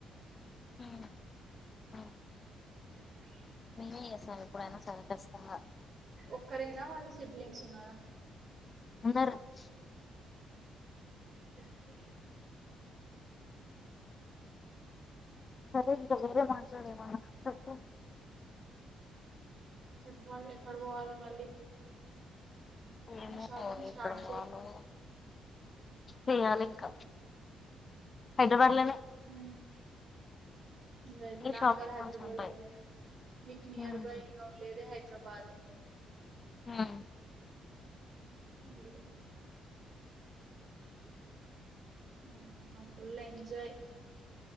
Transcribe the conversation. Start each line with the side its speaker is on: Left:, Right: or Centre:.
Left: ఉమ్, ఉమ్,
Right: బ్లాంక్
Left: మేమే చేస్తాం ఎప్పుడైనా సరే ఖచ్చితంగా
Right: ఒక్కరేనా వాళ్ళ సిబ్లింగ్స్ ఉన్నార?
Left: అందరచ్
Right: ఒకే
Left: సరే ఇక వేరె మాట్లాడేమన్న చెప్పు
Right: చెప్పాలి ఎక్కడ పోవాలి మళ్ళీ
Left: ఏమో
Right: నా షాపింగ్ స్టార్ట్
Left: ఇక్కడ పోవాలో
Right: చేయి
Left: ఏమో చేయాలింక హైద్రబాద్లనే
Right: ఉమ్. ఇంకా ఎట్లా
Left: షాపింగ్
Right: అందరు హైదరాబాద్
Left: మాల్స్ ఉంటాయి
Right: లోనే మీకు నియర్
Left: ఉమ్,
Right: బై ఇంగ ఉండేది హైద్ రాబాదె
Left: ఆ
Right: ఉమ్ ఉహు ఆ ఫుల్ ఎంజాయ్